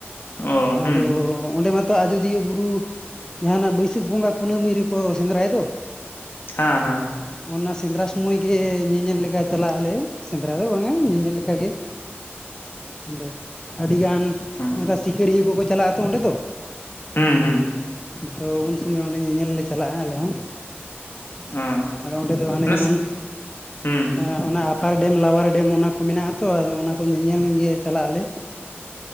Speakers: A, on the left; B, on the left.
A: ᱚ ᱦᱩᱸ
B: ᱟᱫᱚ ᱚᱸᱰᱮ ᱢᱟᱛᱼᱼ ᱛᱚ ᱟᱡᱚᱫᱤᱭᱟᱹ ᱵᱩᱨᱩ ᱡᱟᱦᱟᱸ ᱚᱱᱟ ᱵᱟᱹᱭᱥᱟᱹᱠᱷ ᱵᱚᱸᱜᱟ ᱠᱩᱱᱟᱹᱢᱤ ᱨᱮᱠᱚ ᱥᱮᱸᱫᱽᱨᱟᱭ ᱫᱚ,
A: ᱦᱟᱸ ᱦᱟᱸ᱾
B: ᱦᱚᱸᱜ-ᱚᱱᱟ ᱥᱮᱸᱫᱽᱨᱟ ᱥᱚᱢᱚᱭ ᱜᱮ ᱧᱮᱧᱮᱞ ᱞᱮᱠᱟ ᱪᱟᱞᱟᱜ ᱟᱞᱮ ᱾ ᱥᱮᱸᱫᱽᱨᱟ ᱫᱚ ᱵᱟᱝᱟ ᱧᱮᱧᱮᱞ ᱞᱮᱠᱟ ᱜᱮ ᱚᱸᱰᱮ᱾ ᱟᱰᱤ ᱜᱟᱱ
A: ᱦᱩᱸ
B: ᱚᱱᱠᱟ ᱥᱤᱠᱟᱹᱨᱤᱭᱟᱹ ᱠᱚᱠᱚ ᱪᱟᱞᱟᱜ-ᱟ ᱛᱚ ᱚᱸᱰᱮ ᱫᱚ᱾
A: ᱦᱩᱸ ᱦᱩᱸ
B: ᱛᱚ ᱩᱱ ᱥᱚᱢᱟᱹᱭ ᱚᱸᱰᱮ ᱧᱮᱧᱮᱞ ᱞᱮ ᱪᱟᱞᱟᱜ-ᱟ ᱟᱞᱮ ᱦᱚᱸ᱾
A: ᱚ
B: ᱟᱫᱚ ᱚᱸᱰᱮ ᱫᱚ ᱦᱟᱱᱮ
A: ᱱᱟᱥᱮ
B: ᱡᱮᱢᱚᱱᱼᱼ
A: ᱦᱩᱸ
B: ᱮᱸ ᱚᱱᱟ ᱟᱯᱟᱨ ᱰᱮᱢ ᱞᱟᱣᱟᱨ ᱰᱮᱢ ᱚᱱᱟ ᱠᱚ ᱢᱮᱱᱟᱜ-ᱟ ᱛᱚ ᱟᱫᱚ ᱚᱱᱟ ᱠᱚ ᱧᱮᱧᱮᱞ ᱜᱮ ᱪᱟᱞᱟᱜ ᱟᱞᱮ᱾